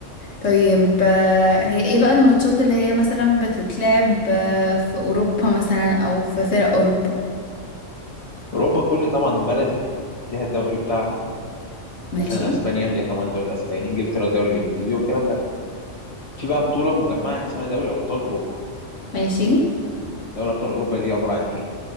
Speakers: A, on the left; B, on the left.
A: طيب آه، هي ايه بقى الماتشات اللي هي مثلا بتتلعب آه، في اوروبا مثلا او في فرق اوروبا
B: اوروبا كل طبعا بلد ليها الدوري بتاعها
A: ماشي
B: مثلا اسبانيا ليها طبعا الدوري الاسباني انجلترا الدوري الانجليزي والكلام ده في بقى بطولة مجمعة اسمها دوري أبطال أوروبا
A: ماشي
B: دوري أبطال أوروبا دي عبارة عن إيه